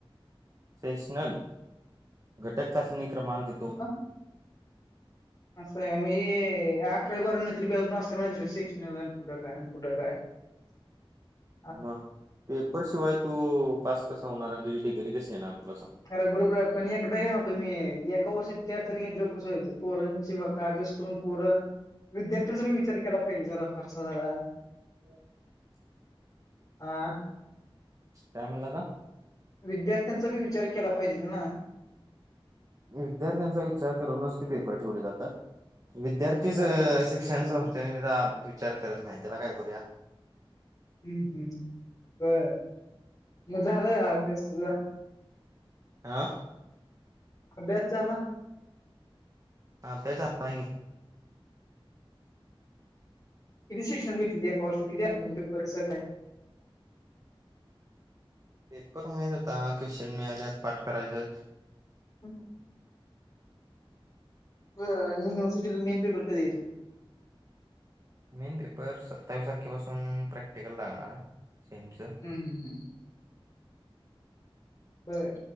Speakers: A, on the right; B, on the left.
A: सेशनल घटक चाचणी क्रमांक दो
B: <unintelligible> असं मी अकरावी, बारावी तरी बी अजून असते सेक्शनल अन कुठं काय, कुठं काय <unintelligible>
A: मग पेपर शिवाय तू पास कसा होणार आणि तुझी डिग्री कशी येणार तुला सांग
B: अरे बरोबर आहे पण एकदा घ्या ना तुम्ही एका वर्षात चार, चार घेतले कसं व्हायचं पोरांचे अभ्यास करून पोर विद्यार्थ्यांचा बी विचार केला पाहिजे जरा फारसा जरा
A: <unintelligible>
B: आ
A: काय म्हणला आता
B: विद्यार्थ्यांचा बी विचार केला पाहिजेल ना
A: विद्यार्थ्यांचा विचार करूनच ते पेपर ठेवले जातात विद्यार्थीच
B: असं आहे का?
A: शिक्षण संस्थ ते जरा विचार करत नाही त्याला काय करूया
B: हम्म, हम्म बर मग झालाय अभ्यास तुझा
A: आ
B: अभ्यास झाला?
A: अभ्यास झाला की
B: किती शिक्षण घेतती एका वर्षात किती अभ्यास पेपर काय
A: पेपर माहित होता क्वश्चन मिळाल्यात पाठ करायच
B: <unintelligible> बरं युनिवर्सिटी मेन पेपर कधी येतो
A: मेन पेपर सत्तावीस तारखेपासून प्रॅक्टिकल लागणार आहे सेमच
B: ह, ह, ह बरं